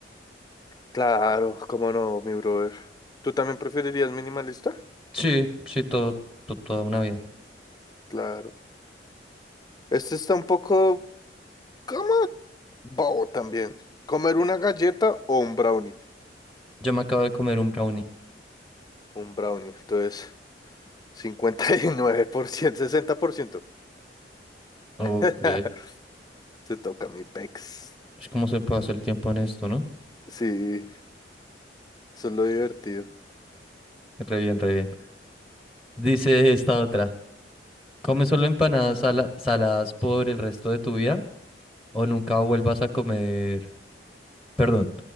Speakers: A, on the left; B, in the centre.
A: Claro, cómo no, mi brother. ¿Tú también preferirías minimalista?
B: Sí, sí, todo, to- toda una vida.
A: Claro. Este está un poco como bobo también. ¿Comer una galleta o un brownie?
B: Yo me acabo de comer un brownie.
A: Un brownie. Entonces, <laughs> cincuenta y nueve por ciento, sesenta por ciento.
B: Ok.
A: <laughs> Se toca mi pex.
B: Es como se pasa el tiempo en esto, ¿no?
A: Sí, eso es lo divertido.
B: Re bien, re bien. Dice esta otra. ¿Come solo empanadas
A: Mm.
B: sala- saladas por el resto de tu vida o nunca vuelvas a comer... Perdón,